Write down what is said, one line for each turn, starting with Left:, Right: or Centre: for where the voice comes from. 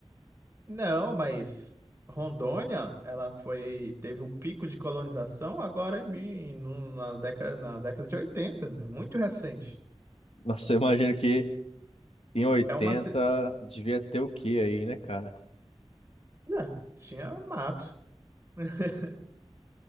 Right: Não, mas Rondônia, ela foi, teve o pico de colonização agora em, mil- no- na década, na década de 80, né? Muito recente.
Left: Nossa, eu imagino que Em 80
Right: É uma, ci-
Left: devia ter o quê aí, né, cara?
Right: não, tinha mato. <laughs>